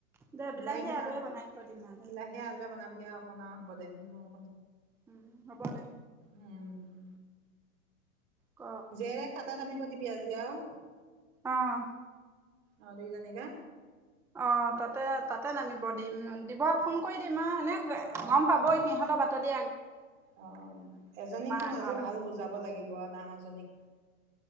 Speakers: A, in the centre; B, on the right.
A: দে
B: বিলাহী কেইটা,
A: আলুৱে বনাই থৈ দিম আৰু দে
B: বিলাহীয়ে আলুয়ে বনাবি আৰু অকমাণ। হ'ব দে, ম <unintelligible> <unintelligible>
A: উম হ'ব দে
B: উম।
A: ক
B: জিয়েৰে খাতাত আমি দি দিবি আজি আও।
A: অ'হ।
B: অ দুইজনীকে।
A: অ তাতে, তাতে নামিব দিম। উ দিব, ফোন কৰি দিম অ'। এনে
B: অ'
A: গম পাব সিহঁতৰ বাতৰ দি
B: অ', এজনীকতো
A: আহালৈ
B: আজি ভাল বুজাব লাগিব আৰু, ডাঙৰজনীক।